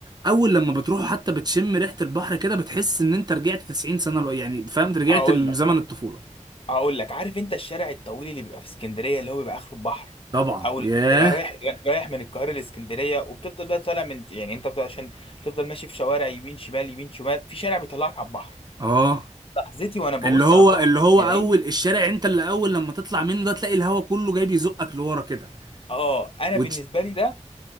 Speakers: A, on the right; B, on the left.
A: اول لما بتروحوا حتى بتشم ريحه البحر كده بتحس ان انت رجعت 90 سنه لو يعني فهمت رجعت
B: هقول
A: لزمن
B: لك بقى
A: الطفوله
B: هقول لك عارف انت الشارع الطويل اللي بيبقى في اسكندريه اللي هو بيبقى اخره البحر
A: طبعا
B: او
A: ياه
B: لما بتبقى رايح رايح من القاهره لاسكندريه وبتفضل بقى طالع من يعني انت بتبقى عشان بتفضل ماشي في شوارع يمين شمال يمين شمال في شارع بيطلعك على البحر
A: اه
B: لحظتي وانا ببص
A: اللي هو
B: على البحر
A: اللي هو
B: من
A: اول
B: بعيد
A: الشارع انت اللي اول لما تطلع منه ده تلاقي الهوا كله جاي بيزقك لورا كده
B: اه انا
A: وتش...
B: بالنسبه لي ده